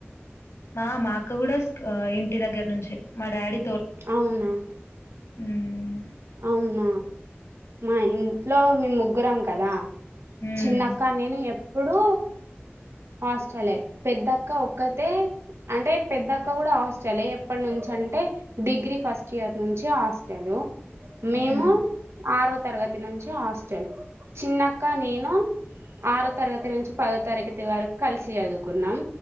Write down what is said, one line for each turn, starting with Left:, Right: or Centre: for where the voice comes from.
Left: మా మా అక్క కూడా ఇంటి దగ్గర నుంచే మా డాడీ.
Right: అవునా
Left: హ్మ్
Right: అవునా మా ఇంట్లో మేము ముగ్గురం కదా!
Left: ఉమ్
Right: చిన్నక్క నేను ఏపు ఇప్పుడు హాస్టలే, పెద్దక్క ఒక్కతే, అంటే పెద్దక్క కూడా హాస్టలే, ఎప్పటినుంచఅంటే డిగ్రీ ఫస్ట్ ఇయర్ నుంచి హాస్టల్. మేము
Left: ఉమ్
Right: ఆరో తరగతి. ఫిఫ్త్ నుంచే హాస్టల్ చిన్నక్క నేను ఆరో తరగతి నుంచి పదో తరగతి వరకు కలిసి చదువుకున్నాం